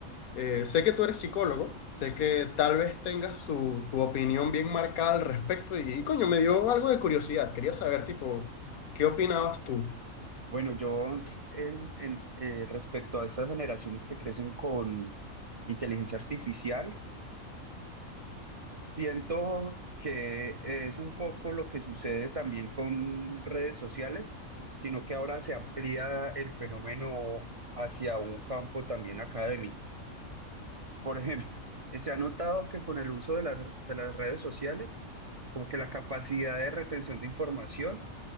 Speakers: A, on the left; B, on the right.
A: eh, sé que tú eres psicólogo, sé que tal vez tengas tu, tu opinión bien marcada al respecto y, y, coño, me dio algo de curiosidad. Quería saber, tipo, ¿qué opinabas tú?
B: Bueno, yo en, en, eh, respecto a estas generaciones que crecen con inteligencia artificial, siento que es un poco lo que sucede también con redes sociales, sino que ahora se amplía el fenómeno hacia un campo también académico. Por ejemplo, eh, se ha notado que con el uso de las, de las redes sociales, como que la capacidad de retención de información